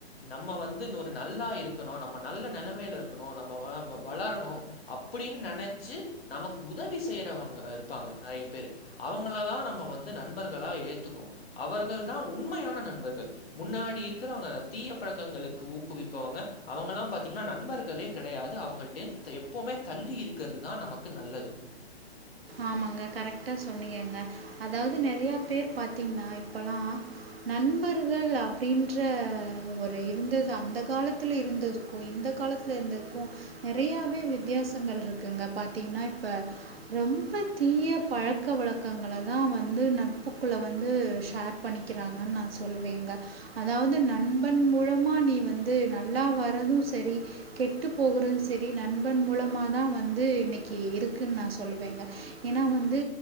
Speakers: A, on the left; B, on the right.
A: நம்ம வந்து இன்னு ஒரு நல்லா இருக்கணு நம்ம நல்ல நெலமையில இருக்கணு நம்ம வ வளரணு அப்பிடின்னு நெனைச்சு நமக்கு உதவி செய்யறவங்க இருப்பாங்க நெறைய பேரு அவங்களதா நம்ம வந்து நண்பர்களா ஏத்துக்கணு அவர்கள்தா உண்மையான நண்பர்கள் முன்னாடி இருக்கிறவங்க அ தீய பழக்கங்களுக்கு ஊக்குவிப்பவங்க அவங்கல்லா பாத்தீங்கன்னா நண்பர்களே கெடையாது அவங்கள்ட்டேருந்து த எப்பவுமே தள்ளி இருக்கிறதுதா நமக் கு நல்லது
B: ஆமாங்க கரெக்டா சொன்னீங்கங்க. அதாவது நெறையா பேர் பாத்தீங்கன்னா இப்பல்லா நண்பர்கள் அப்டின்ற ஒரு இருந்தது அந்த காலத்துல இருந்ததுக்கு இந்த காலத்துல இருந்ததுக்கு நெறையாவே வித்தியாசங்கள் இருக்குங்க பாத்தீங்கன்னா இப்ப ரொம்ப தீய பழக்க வழக்கங்களதா வந்து நட்புக்குள்ள வந்து ஷேர் பண்ணிக்கிறாங்கன்னு நா சொல்வேங்க. அதாவது நண்பன் மூலமா நீ வந்து நல்லா வர்றது சரி கெட்டுப் போகிறது சரி நண்பன் மூலமாதா வந்து இன்னக்கி இருக்குன்னு நா சொ ல்வேங்க ஏன்னா வந்து